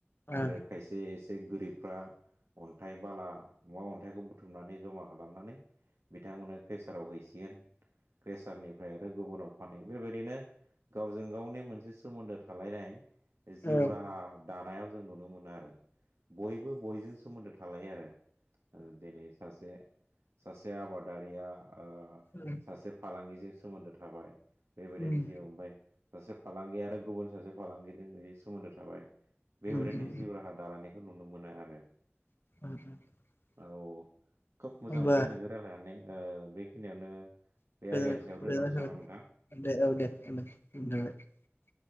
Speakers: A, on the left (about 55°); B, on the right (about 80°).
A: ओ
B: आरो खायसे एसे गोरिबफ्रा अन्थाइ, बाला, अन्थाइखौ बुथुमनानै जमा खालामनानै बिथांमोननो क्रेसाराव हैसिगोन। क्रेसारनिफ्राय आरो गुबुनाव फानहैयो बेबायदिनो गावजों गावनि मोनसे सोमोन्दो थालायनाय
A: ओ
B: जिउ
A: ओ
B: राहा दानायाव जों नुनो मोनो आरो बयबो बयजों सोमोन्दो थालायो आरो ओ दिनै सासे सासे आबादारिया ओ
A: उम
B: सासे फालांगिजों सोमोन्दो थाबाय। बेबायदिनो
A: उम
B: जिउ ओमफफ्राय सासे फालांगि आरो गुबुन सासे फालांगिजों बिदि सोमोन्दो थाबाय बेबायादिनो
A: उम उम
B: जिउ राहा दालायनायखौ नुनो मोनो आरो
A: <inaudible>
B: औ खोब मोजां
A: होमबा
B: मोनबाय नोंजों रायरायनानै बेखिनियावनो
A: गोज
B: बे आयदानि सायाव
A: गोजोननाय
B: दोनथ'नोसै नामा नोंथां?
A: थाबाय दे ओ दे।